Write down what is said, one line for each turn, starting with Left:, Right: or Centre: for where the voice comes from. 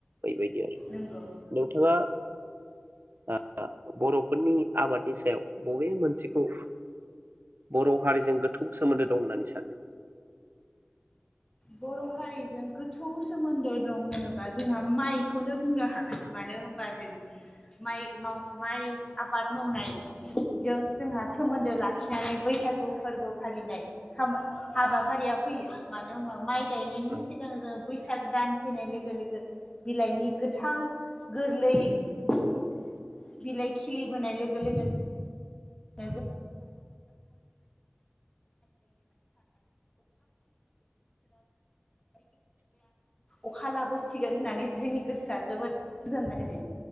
Right: बैबायदि आरो
Left: नंगौ
Right: नोंथाङा ओ बरफोरनि आबादनि सायाव बबे मोनसेखौ बर हारिजों गोथौ सोमोन्दो दं होननानै सानो
Left: बर हारिजों गोथौ सोमोन्दो दं होनोबा जोंहा माइखौनो बुंनो हागोन मानो होनबा जों माइ माव माइ आबाद मावनाय जों जोंहा सोमोन्दो लाखिनानै बैसागु फोरबो फालिनाय हामा हाबाफारियाव फैयो मानो होम माइ गायनायनि
Right: औ
Left: सिगां जों बैसाग दान फैनाय लोगो लोगो बिलाइनि गोथां गोरलै बिलायखि खिलिबोनाय लोगो लोगोनो <unintelligible> अखा लाबोसिगोन होननानै जोंनि गोसोआ जोबोद गोजोननाय मोनो